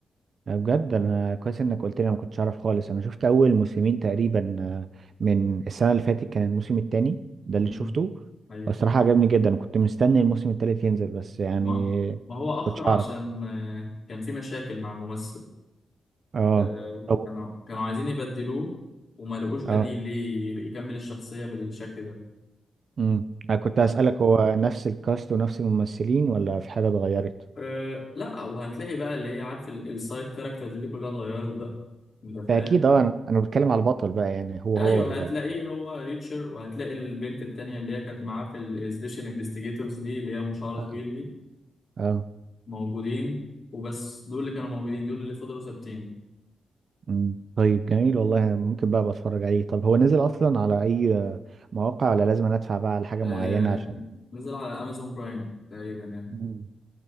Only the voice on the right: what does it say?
آه، بجد انا كويس انك قلت لي أنا ما كنتش اعرف خالص انا شفت اول موسمين تقريبا آه، من السنه اللي فاتت كان الموسم التاني ده اللي
شفته
الصراحه عجبني جدا كنت مستني الموسم التالت ينزل بس يعني
ما كنتش
اعرف
اه
طب
اه
امم انا كنت
اسالك هو نفس الكاست ونفس الممثلين ولا في حاجه اتغيرت
فاكيد اه انا انا بتكلم على البطل بقى يعني هو
هو اللي غير
آه.
اه
امم طيب جميل والله ممكن بقى بتفرج عليه طب هو نزل اصلا على اي آه، مواقع ولا لازم أنا ادفع بقى على حاجه
معينه عشان
مم.